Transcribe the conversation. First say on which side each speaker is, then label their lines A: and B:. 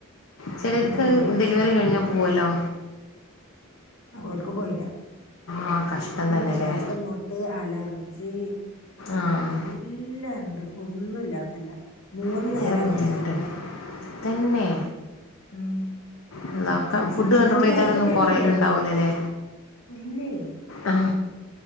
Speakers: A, on the left; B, on the left.
A: ചിലർക്ക്
B: പിന്നെ പോയില്ല
A: ഡെലിവറി കഴിഞ്ഞാൽ പോവല്ലോ
B: ഓൽക്ക് പോയില്ല
A: ആഹ് കഷ്ടം
B: പിന്നെ
A: തന്നെല്ലേ
B: ശ്വാസം മുട്ട് അലർ ജ്
A: ആഹ്
B: എല്ലാം ണ്ട് ഒന്നും ഇല്ലാത്തെ ഇല്ല. മൂന്ന്
A: ഭയങ്കര
B: നേ രാണ്
A: ബുദ്ധിമുട്ടാണ്
B: ഇൻസുലിന്.
A: തന്നെ
B: ഉം
A: <unintelligible> ക്കാം ഫുഡ്
B: മുപ്പത്തഞ്ച്
A: കൺട്രോൾ ചെയ്താലൊന്നും
B: വയസ്സൊക്കെ ആയിട്ടുള്ളൂ
A: കൊറയലിണ്ടാവില്ല അല്ലേ
B: ഇല്ലേ
A: ആ